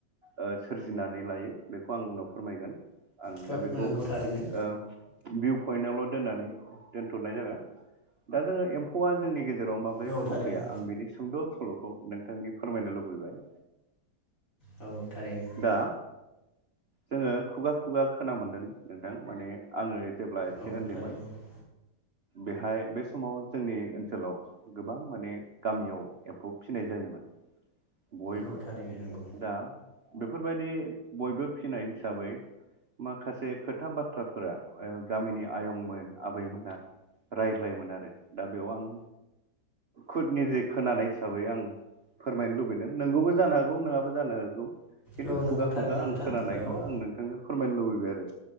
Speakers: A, on the right (about 45°); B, on the left (about 45°).
A: ओ सोरजिनानै लायो बेखौ आं उनाव फोरमायगोन। आं
B: खोब
A: दा बेखौ
B: नंगौ
A: ओ
B: थारैनो
A: भिउ पइन्टावल दोननानै दोनथ'नाय जागोन दा जोङो एम्फौआ जोंनि गेज जेराव माबोरै
B: औ थारैनो
A: सफैया आं बेनि सुंद' सल'खौ नोंथांनि फोरमायनो लुबैबाय।
B: औ थारैनो
A: दा जोङो खुगा खुगा खोना मोन्दों नोंथां माने आङो जेब्ला एसे
B: औ
A: ओन्दैमोन
B: थारैनो
A: बेहाय बे समाव जोंनि ओनसोलाव गोबां माने गामियाव एम्फौ फिनाय जायोमोन। बयबो
B: औ थारैनो नंगौ।
A: दा बेफोरबायदि बयबो फिनाय हिसाबै माखासे खोथा बाथ्राफोरा ओ गामिनि आयंमोन आबैमोनहा राय लायोमोन आरो दा बेयाव आं खुद निरदिग खोनानाय हिसाबै आं फोरमायनो लुबैदों नोंगौबो जानो हागौ नङाबो जानो हागौ। खिन्थु
B: औ
A: खुगा
B: नंगौ थारैनो
A: खुगा आं
B: नोंथां
A: खोनानायखौ
B: औ
A: आं नोंथांनो फोरमायनो लुबैबाय आरो।